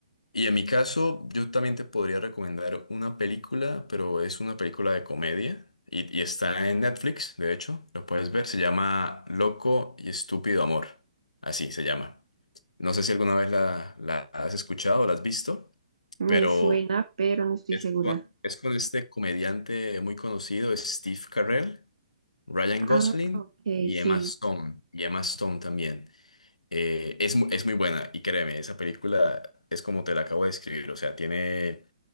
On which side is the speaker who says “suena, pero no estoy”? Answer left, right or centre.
Right